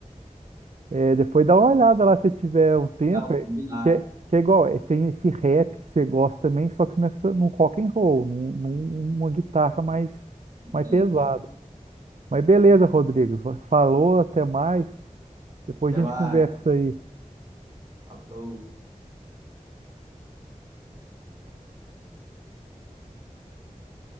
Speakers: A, on the right (about 55°); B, on the right (about 25°).
A: é, depois dá uma olhada lá se tiver um tempo,
B: não, combinado,
A: é, que, é, que é igual, é, tem esse rap que você gosta também, só que nessa, num rock and roll, num, num- numa guitarra mais,
B: entendi.
A: mais pesada. Mas beleza, Rodrigo, fa- falou, até mais, depois
B: Até
A: a gente
B: mais.
A: conversa aí.
B: Falou.